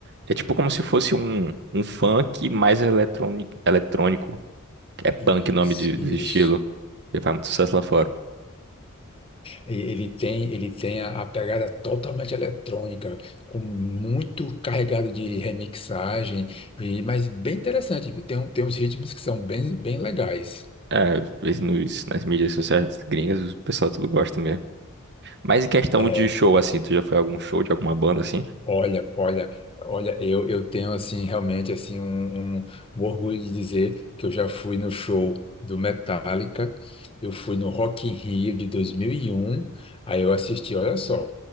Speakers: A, on the right; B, on the left.
A: é tipo como se fosse um, um funk mais eletrônico, eletrônico. que É
B: Isso,
A: punk o nome de,
B: isso.
A: do estilo. Ele faz muito sucesso lá fora.
B: E Ele tem, ele tem a, a pegada totalmente eletrônica, com muito carregado de remixagem, e, mas bem interessante, viu? Tem, um- tem uns ritmos que são bem, bem legais.
A: É, vez nos, nas mídias sociais gringas, o pessoal tudo gosta mesmo. Mas em questão
B: É,
A: de show, assim, tu já foi a algum show de alguma banda assim?
B: Olha, olha, olha, eu, eu tenho assim realmente assim um, um- um orgulho de dizer que eu já fui no show do Metallica, eu fui no Rock in Rio de 2001, aí eu assisti, olha só,